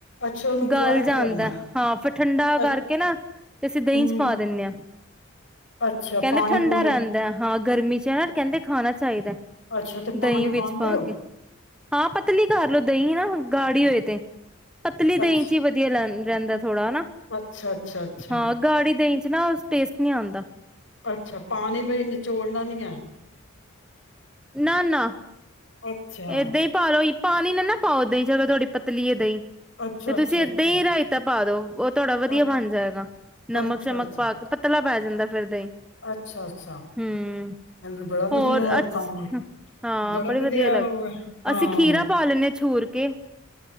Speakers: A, on the left (about 60°); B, in the centre.
A: ਅੱਛਾ ਉਹਨੂੰ
B: ਗਲ
A: ਬੁਆਇਲ
B: ਜਾਂਦਾ
A: ਕਰਨਾ
B: ਹਾਂ, ਫਿਰ ਠੰਡਾ
A: ਅੱ
B: ਕਰਕੇ ਨਾ ਤੇ ਅਸੀਂ ਦਹੀਂ
A: ਹਮ
B: ਚ ਪਾ ਦਿੰਦੇ ਹਾਂ।
A: ਅੱਛਾ
B: ਕਹਿੰਦੇ
A: ਪਾਣੀ
B: ਠੰਡਾ
A: ਪੂਣੀ
B: ਰਹਿੰਦਾ ਹਾਂ। ਗਰਮੀ ਚ ਹਨਾ ਕਹਿੰਦੇ ਖਾਣਾ ਚਾਹੀਦਾ।
A: ਅੱਛਾ ਤੇ ਪਾਣੀ
B: ਦਹੀਂ ਵਿੱਚ
A: ਪਾਉਂਦੇ
B: ਪਾ
A: ਹੋ
B: ਕੇ, ਹਾਂ ਪਤਲੀ ਕਰਲਓ ਦਹੀਂ ਨਾ ਹੁਣ। ਗਾੜੀ ਹੋਏ ਤੇ ਪਤਲੀ
A: ਅੱਛਾ
B: ਦਹੀ ਚ ਹੀ ਵਧੀਆ ਲਗਦੀ ਰਹਿੰਦਾ। ਥੋੜਾ ਨਾ,
A: ਅੱਛਾ ਅੱਛਾ ਅੱਛਾ
B: ਹਾਂ ਗਾੜੀ ਦਈ ਚ ਨਾ ਟੈਸਟ ਨੀ ਆਦਾ।
A: ਅੱਛਾ ਪਾਣੀ ਬਈ ਨਿਚੋੜਨਾ ਨੀ ਹੈ।
B: ਨਾ-ਨਾ
A: ਅੱਛਾ
B: ਏਦਾਂ ਹੀ ਪਾਲੋ ਪਾਣੀ ਨਾ-ਨਾ ਪਾਓ ਦਈ ਚ ਜਦੋ ਤੁਹਾਡਾ ਪਤਲੀ ਏ ਦਹੀਂ
A: ਅੱਛਾ
B: ਤੇ ਤੁਸੀਂ
A: ਅੱਛਾ
B: ਏਦਾਂ
A: ਅੱਛਾ
B: ਹੀ ਰਇਤਾ ਪਾ ਦਓ ਥੋੜਾ ਵਧੀਆ
A: ਅ
B: ਬਣ ਜਾਏਗਾ ਨਮਕ
A: ਅੱਛਾ
B: ਸ਼ਮਕ
A: ਅੱਛਾ
B: ਪਾ ਕੇ ਪਤਾਲਾ ਪੈ ਜਾਂਦਾ। ਫਿਰ ਦਹੀਂ
A: ਅੱਛਾ, ਅੱਛਾ ਈਹ
B: ਹੂੰ।
A: ਤੇ ਬੜਾ
B: ਹੋਰ
A: ਵਧੀਆ
B: ਅੱਛ
A: ਕੰਮ
B: ਹਾਂ
A: ਬੜਾ
B: ਬੜੇ ਵਧੀਆ ਲੱਗ
A: ਉਹ ਹੈ ਹਾਂ
B: ਅਸੀਂ ਖੀਰਾ ਪਾ ਲੈਣੇ ਹਾਂ ਹੋਰ ਕੇ